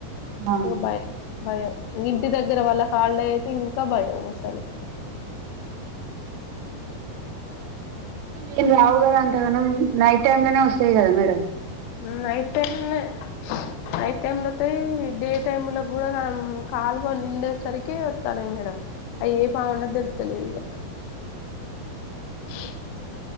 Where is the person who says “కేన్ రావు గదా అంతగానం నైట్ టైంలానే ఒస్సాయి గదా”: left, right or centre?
Right